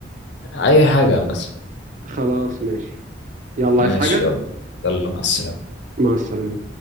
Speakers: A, on the left; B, on the right.
A: اي حاجة مثلا
B: خلاص ماشي يلا
A: ماشي
B: عايز حاجة
A: يلا يلا مع السلامة
B: مع السلامة